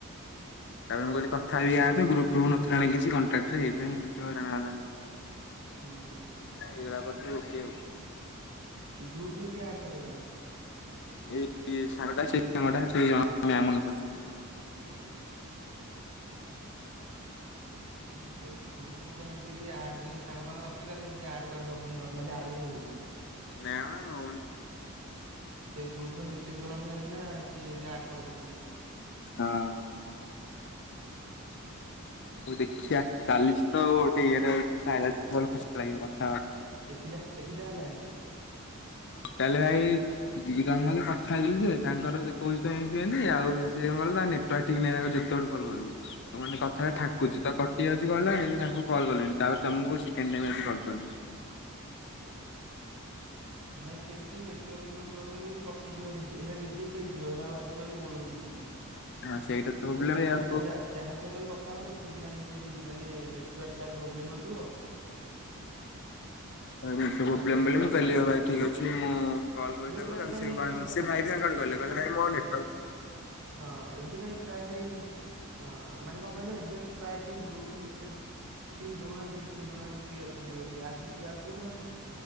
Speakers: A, on the left; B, on the right.
A: ତାପରେ ମୁଁ କହିଲି କଥା ହେଇ ଆ ତୁ ଆପରେ ଗ୍ରୁପ୍ ଫ୍ରୁପ୍ ନଥିଲା ନା କିଛି କଣ୍ଟାକ୍ଟରେ ହେଇଥିପାଇଁ ଟିକେ ହଇରାଣ ହେଇଗଲା
B: ହୁଁ। ହୁଁ।
A: ହେଇଗଲା ପରେ ସବୁ ଓକେ ଆଉ
B: ଗ୍ରୁପରେ କିଏ ଆଡ୍ କରେଇଦେଲା?
A: ଏଇ ସାଙ୍ଗଟା ସେଇ ସାଙ୍ଗଟା ସେଇ ଜଣଙ୍କ ନାଁ <unintelligible> ମନଥିଲା
B: ଓ ହୋ
A: <inaudible>
B: ମୁଁ କହିଲି ଗ୍ରୁପରେ ତ ସେମତି କେହି ଆଡ ଯଦି ସାଙ୍ଗ ଫାଙ୍ଗ ନଥିବେ ତାହେଲେ ଏମତି ଆଡ କରିହବନି ନର୍ମାଲ୍ ଆଡ୍ ହିଁ ହଉନି।
A: ନାମ ହଉନି
B: ସେ ଗ୍ରୁପରେ ମେସେଜ କଲାଠୁ ଯାଇଁ କିନା କିଏ ଯଦି ଆଡ୍ କରିଦଉଚନ୍ତି।
A: ହଁ ହଉ ଦେଖିଆ ଚାଲିଚି ତ ଗୋଟେ ଇଏରେ <unintelligible> ଖୁସି ଲାଗିବ। <unintelligible>
B: କେତିଟା କେତିଟା ହେଲାଣି।
A: ଭାଇ ଦି ଜଣଙ୍କ ସହିତ କଥା ହେଇଥିଲି ଯେ ତାଙ୍କର ଦେଖଉଚି ତ ଏନ୍ତିି ଏନ୍ତି ସିଏ କଣ କହିଲ ତାଙ୍କ ନେଟୱର୍କ ଠିକ୍ ନାଇଁ ଯେତେବେଳୁ କଲ୍ କରିବୁ ମାନେ କଥାଟା ଠାକୁଚି
B: ଓହୋ
A: ତ କଟି ଯାଉଚି କଲ୍ ଟା ସେଇଥିପାଇଁ ତାଙ୍କୁ କଲ୍ କଲିନି ତାପରେ ତମୁକୁ ସେକଣ୍ଡ ଟାଇମ୍ ଆଜି କଲ୍ କଲି।
B: ଓ ହୋ। ନାଇଁ ସେମତି ନେଟୱର୍କ ପ୍ରୋବ୍ଲେମ ରହିଲେ ବି କଟିଯିବ ରିଜେକ୍ ସେଇଟା ରିଜେକ୍ କେଟ୍ ହେଇଯିବ ସେଇଟା ଆଉ ଆସିବନି ମୂଳରୁ କିଛି ବି
A: ହଁ ସେଇଟା ପ୍ରୋବ୍ଲେମ୍
B: ତ ଦେଖିକିନା
A: ଆଉ
B: ଯା ଯାହା ସହ <unintelligible> ବି କଥା ହବ ଦେଖିକିନା ଯାଇଁକି <unintelligible> ମାନେ ନେଟୱର୍କ ତାର ପ୍ରୋବ୍ଲେମ ନଥିବ
A: <unintelligible> ପ୍ରୋବ୍ଲେମ
B: ତାଙ୍କ ସହିତ
A: ବୋଲି ମୁଁ
B: କଥା
A: କହିଲି
B: ହେବେ
A: ଭାଇ ଠିକ ଅଛି ମୁଁ କଲ୍ କରିବି ଏବେ
B: ପ୍ରାୟ
A: <unintelligible>
B: କାହିଁ ମାନେ କ
A: ସେ ଭାଇ ବି ମତେ
B: ମେସେଜ
A: କହିଲେ କହିଲେ
B: କଲେ
A: ଭାଇ ମୋ ନେଟୱର୍କ
B: ହଁ ଏବେ କାହିଁ ପ୍ରାୟ କେହି ହଁ ମାନେ କଣ କହିଲ ଏବେ ପ୍ରାୟ କେହି ଗ୍ରୁପ ରେ ମେସେଜ କେହି ଦଉନାହାନ୍ତି୍ ରିପ୍ଲେ ଦଉନାହାନ୍ତିି ଫ୍ରି ଅଛନ୍ତି ବୋଲି ଆଗରୁ ୟାଗୁରୁ ମାନେ